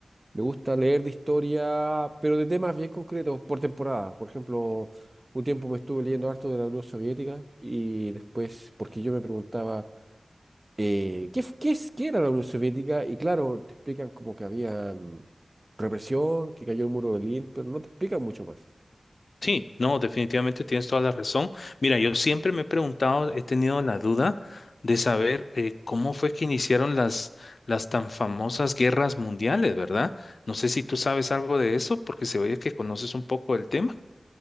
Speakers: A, on the right (about 30°); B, on the left (about 70°).
A: Me gusta leer de historia, pero de temas bien concretos por temporada. Por ejemplo, un tiempo me estuve leyendo harto de la Unión Soviética y después, porque yo me preguntaba, eh, ¿qué, f- qué es, qué era la Unión Soviética? Y claro, te explican como que había mm, represión, que cayó el muro de Berlín, pero no te explican mucho más.
B: Sí, no, definitivamente tienes toda la razón. Mira, yo siempre me he preguntado, he tenido la duda de saber eh, cómo fue que iniciaron las, las tan famosas guerras mundiales, ¿verdad? No sé si tú sabes algo de eso, porque se oye que conoces un poco el tema.